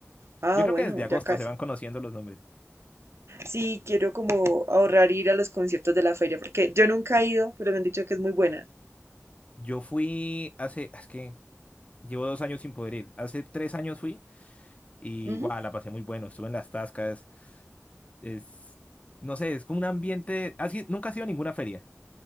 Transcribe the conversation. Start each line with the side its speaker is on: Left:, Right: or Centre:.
Right: Ah,
Left: Yo creo
Right: bueno,
Left: que desde agosto
Right: ya casi.
Left: se van conociendo los nombres.
Right: Sí, quiero como ahorrar ir a los conciertos de la feria, porque yo nunca he ido, pero me han dicho que es muy buena.
Left: Yo fui hace, es que llevo dos años sin poder ir. Hace tres años fui y,
Right: Ujú.
Left: guau, la pasé muy bueno. Estuve en las tascas. Es, no sé, es como un ambiente. ¿has ido- nunca has ido a ninguna feria.